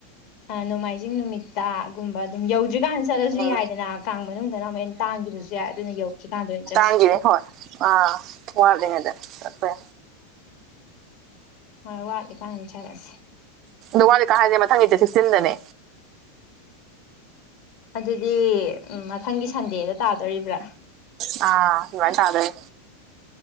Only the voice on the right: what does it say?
ꯎꯝ
ꯇꯥꯡꯒꯤꯅꯤ ꯍꯣꯏ ꯑꯥ ꯋꯥꯠꯂꯤꯉꯩꯗ ꯆꯠꯄ ꯌꯥ
ꯑ ꯋꯥꯂꯤꯀꯥ ꯍꯥꯏꯁꯦ ꯃꯊꯪꯒꯤ ꯆꯦꯛꯆꯟꯗꯅꯦ
ꯑꯥ ꯑꯗꯨꯃꯥꯏꯅ ꯇꯥꯗꯣꯏꯅꯦ